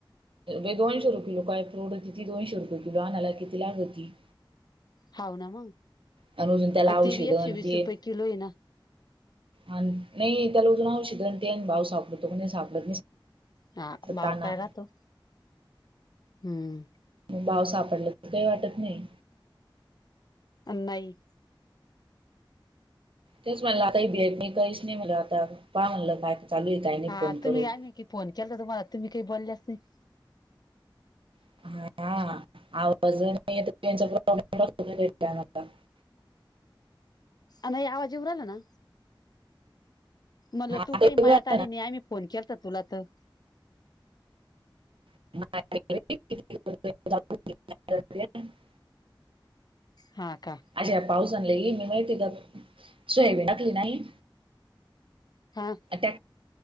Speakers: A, on the right; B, on the left.
A: बाई दोनशे रुपये ला काय परवडटी ती दोनशे रुपये किलो ना किती लागती.
B: हाव ना मग
A: आणि अजून त्याला औषध
B: ती बी
A: आणि
B: एकशे वीस
A: ते
B: रुपये किलो आहे ना.
A: आणि नाही त्याला अजून औषध ते आणि भाव सापडतो का सापडत नाही.
B: हा भाव
A: ताना
B: काय राहतो हम्म.
A: बाव सापडला तर काही वाटत नाही.
B: अन नाही
A: तेच म्हणलं आता ही बीयात नाही कहीच नाही मला आता पहा म्हणलं काय चालू आहे. काही नाही
B: हा
A: फोन
B: तुम्ही
A: करून
B: आम्ही की फोन केला तर तुम्हाला तुम्ही काही बोलल्याच नाही.
A: हा.. आवाजच <unintelligible> त्यांचा <unintelligible>
B: नाही आवाज ये उराला ना मलं
A: आता
B: तू काही
A: येऊ
B: मायात
A: राहिला
B: आली
A: ना.
B: नाही आम्ही फोन केल तर तुला तर.
A: <unintelligible>
B: हा का.
A: अज या पाऊस आणलेली मी माहिती का सोयाबीन टाकली नाही.
B: हा..
A: त्या